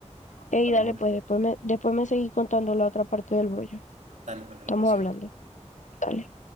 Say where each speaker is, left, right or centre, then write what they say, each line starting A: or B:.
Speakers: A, on the left; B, on the right.
A: Ey,
B: Hablamos
A: dale, pues
B: después.
A: después me, después me seguí contando la otra parte del brollo.
B: Dale, pues,
A: Estamos
B: a la próxima.
A: hablando. Dale.